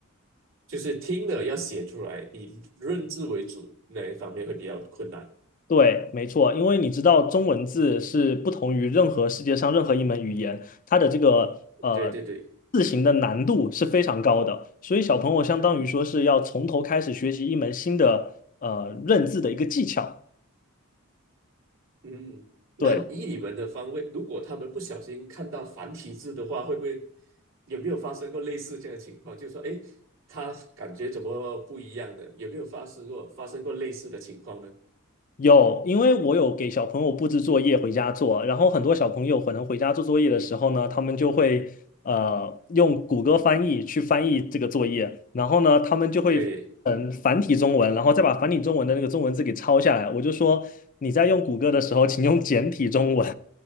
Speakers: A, on the right (about 65°); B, on the left (about 40°).
A: 就是听了要写出来，以认字为主那一方面会比较困难。
B: 对，没错，因为你知道中文字是不同于任何世界上任何一门语言，它的这个呃
A: 对对对。
B: 字形的难度是非常高的，所以小朋友相当于说是要从头开始学习一门新的呃认字的一个技巧。
A: 嗯，那以你们的方位，
B: 对，
A: 如果他们不小心看到繁体字的话，会不会有没有发生过类似这样的情况？就是说，诶，他感觉怎么不一样的？有没有发生过发生过类似的情况呢？
B: 有，因为我有给小朋友布置作业回家做，然后很多小朋友可能回家做作业的时候呢，他们就会呃用谷歌翻译去翻译这个作业，然后呢，他们就会嗯繁体中文，
A: 对，
B: 然后再把繁体中文的那个中文字给抄下来。我就说你在用谷歌的时候，请用简体中文。